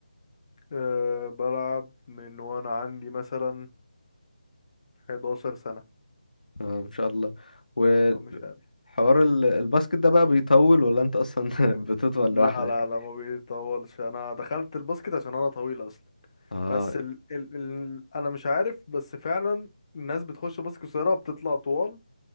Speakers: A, on the left; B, on the left.
A: أه بلعب من وانا عندي مثلا 11 سنة
B: اه ان شاء الله وحوار
A: لو مش أقل
B: ال- الباسكت ده بقى بيطول ولا انت اصلا <laughs> بتطول
A: لا
B: لوحدك
A: لا لا ما بيطولش انا دخلت الباسكت عشان انا طويل اصلا
B: اه
A: بس ال... ال... ال... انا مش عارف بس فعلا الناس بتخش بس قصيره بتطلع طوال